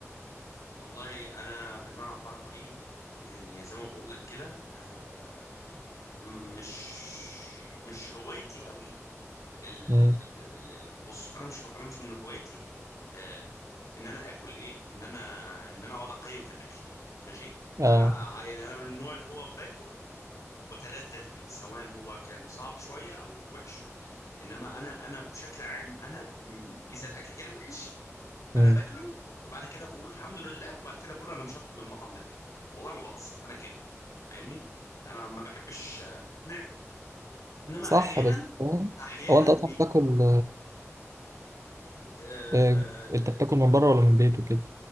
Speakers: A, on the left; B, on the right.
A: والله انا بالمعنى الحرفي يعني زي ما بقول لك كده آه، مش مش هوايتي قوي ال...
B: مم.
A: ال... ال- بص انا مش انا مش من هوايتي آه، ان انا اكل ايه ان انا ان انا اقعد اقيم في الاكل ماشي
B: اه
A: انا يعني انا من النوع اللي هو باكل وبتلذذ بيه سواء هو كان صعب شويه او وحش شويه انما انا انا بشكل عام انا م، اذا الاكل جالي وحش
B: مم.
A: انا باكله وبعد كده بقول الحمد لله وبعد كده بقول انا مش هطلب من المطعم ده تاني والله ما بهزر انا كده فاهمني انا ما بحبش آه، نعمه انما
B: صح
A: احيانا
B: بس فاهم
A: احيانا
B: هو انت اصلا
A: بيج...
B: بتاكل
A: آه...
B: آه، انت
A: آه،
B: بتاكل من بره ولا من البيت وكده